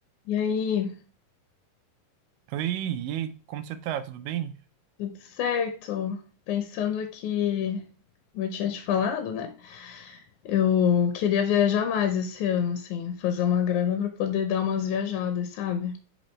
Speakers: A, on the left (about 70°); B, on the right (about 85°).
A: E aí,
B: Oi, e aí, como você tá? Tudo bem?
A: tudo certo? Pensando aqui, como eu tinha te falado, né? Eu queria viajar mais esse ano, assim, fazer uma grana pra poder dar umas viajadas, sabe?